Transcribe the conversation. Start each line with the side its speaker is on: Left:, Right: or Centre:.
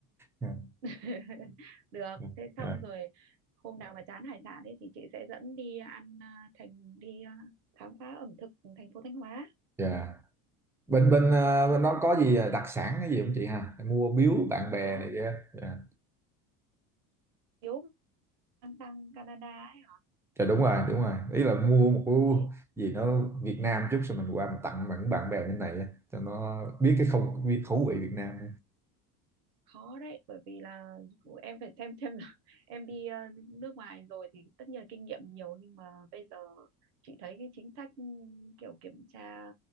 Centre: <laughs>
Right: <laughs> được
Centre: Dạ.
Right: thế xong
Centre: Dạ.
Right: rồi hôm nào mà chán hải sản ấy thì chị sẽ dẫn đi ăn à, thành đi à, khám phá ẩm thực thành phố Thanh Hóa
Centre: Dạ. Bên
Right: ừ,
Centre: bên ờ,
Right: có
Centre: bên đó có gì ờ, đặc sản cái gì không chị ha? Mua biếu bạn bè
Right: có
Centre: này kia. Dạ.
Right: thiếu mang sang Canada ấy
Centre: Dạ đúng rồi, đúng rồi. Ý là mua một cái
Right: thế
Centre: gì nó Việt Nam chút rồi mình qua mình tặng bạn bạn bè bên này á, cho nó biết cái không biết khẩu vị Việt Nam.
Right: khó đấy bởi vì là em phải xem xem là <laughs> em đi à, nước ngoài rồi thì tất nhiên là kinh nghiệm nhiều nhưng mà bây giờ chị thấy cái chính sách ừ, kiểu kiểm tra